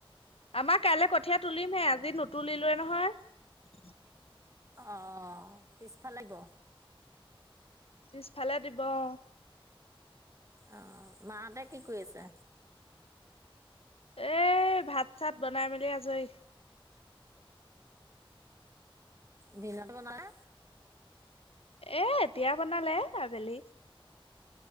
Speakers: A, on the left; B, on the right.
A: আমাৰ কাইলৈ কঠীয়া তুলিমহে, আজি নুতুলিলোৱে নহয়।
B: অ' পিছফালে গ
A: পিছফালে দিব অ'
B: আহ, মাহঁতে কি কৰিছে?
A: এ ভাত চাত বনাই মেলি আজৰি।
B: দিনত বনালে।
A: এ এতিয়া বনালে আবেলি।